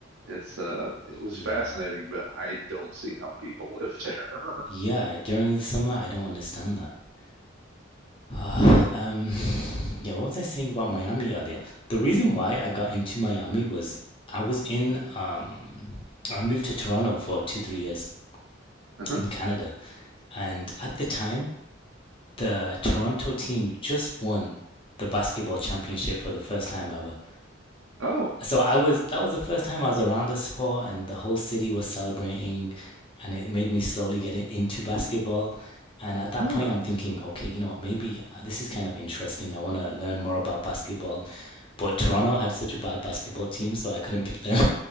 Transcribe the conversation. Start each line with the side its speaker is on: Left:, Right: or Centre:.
Right: it's uh it was
Left: yeah.
Right: fascinating, but I don't see how people live there. <laughs>
Left: Yeah, during the summer, I don't understand that. <sighs> Uh, um, yeah, what was I saying about Miami earlier? The reason why I got into Miami was I was in,
Right: Mhm.
Left: um, I moved to Toronto for two, three years
Right: Uh-huh.
Left: in Canada. And at the time, the Toronto team just won the basketball championship for the first time ever.
Right: Oh.
Left: so I was that was the first time I was around the sport and the whole city was celebrating and it made me slowly get into basketball and at that
Right: Huh.
Left: point I'm thinking okay you know what maybe uh, this is kind of interesting I want to learn more about basketball but Toronto
Right: Mhm.
Left: had such a bad basketball team so I couldn't pick them